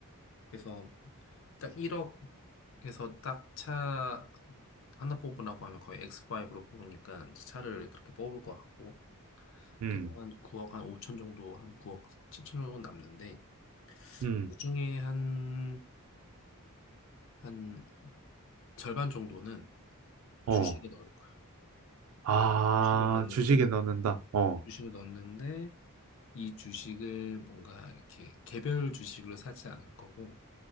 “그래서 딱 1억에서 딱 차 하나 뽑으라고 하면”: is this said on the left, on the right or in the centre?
Left